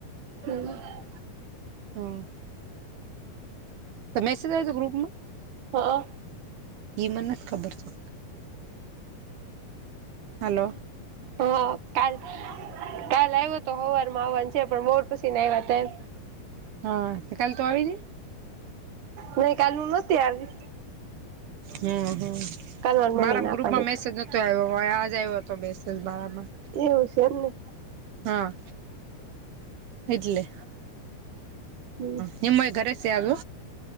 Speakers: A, on the right (about 55°); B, on the right (about 75°).
A: હમ્મ.
B: હ. તો મેસેજ આયાતો ગ્રુપમાં?
A: હ
B: ઈ મને નથ ખબર તો. હાલો.
A: ઓ કાલ કાલ આયવો તો હવારમાં આવવાનું છે પણ બોર પછીન આયવા તા એમ.
B: હા, તો કાલ તું આવીતી?
A: નહીં કાલ મુ નતી આવી.
B: હમ્મ હમ્મ
A: કાલ મારી મમ્મી
B: મારામ
A: ના
B: ગ્રુપમાં
A: પાડી
B: મેસેજ નતો આયવો વય આ જ આવ્યો હતો મેસેજ મારામાં.
A: એવું છે એમ ને!
B: હા એટલે
A: હમ
B: હ એમેય ઘરે જ સે હ.